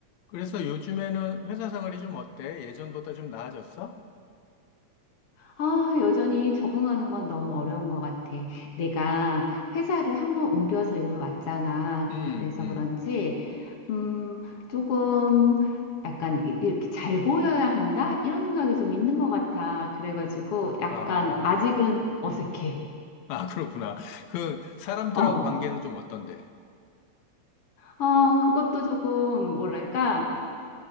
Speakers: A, on the left (about 75°); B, on the left (about 55°).
A: 그래서 요즘에는 회사 생활이 좀 어때? 예전보다 좀 나아졌어?
B: 아, 여전히 적응하는 건 너무 어려운 것 같아. 내가 회사를 한번 옮겨서 일로 왔잖아.
A: 음,
B: 그래서
A: 음.
B: 그런지, 음, 조금 약간 이- 이렇게 잘 보여야 한다? 이런 생각이 좀 있는 것 같아. 그래가지고 약간
A: 아,
B: 아직은 어색해.
A: 아, 그렇구나. 그, 사람들하고
B: 어, 어,
A: 관계는 좀 어떤데?
B: 어, 그것도 조금 뭐랄까.